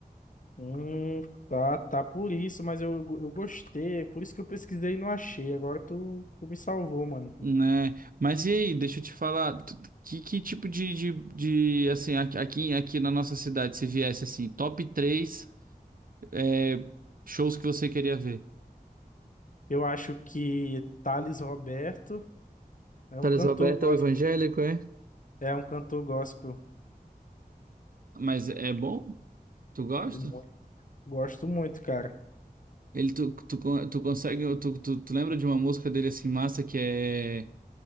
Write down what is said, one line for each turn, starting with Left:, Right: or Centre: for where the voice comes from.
Left: Hum, tá, tá por isso, mas eu, eu gostei, por isso que eu pesquisei e não achei. Agora tu, tu me salvou, mano.
Right: Né? Mas e aí, deixa eu te falar, tu- tu- que, que tipo de, de, de, assim, aqui, aqui aqui na nossa cidade, se viesse assim, top três é, shows que você queria ver?
Left: Eu acho que Thales Roberto é
Right: Thales
Left: um cantor
Right: Roberto
Left: gospel.
Right: é o evangélico, é?
Left: É um cantor gospel.
Right: Mas é bom? Tu gosta?
Left: E muito- Gosto muito, cara.
Right: Ele, tu, tu, con- tu consegue, tu, tu, tu lembra de uma música dele assim, massa, que é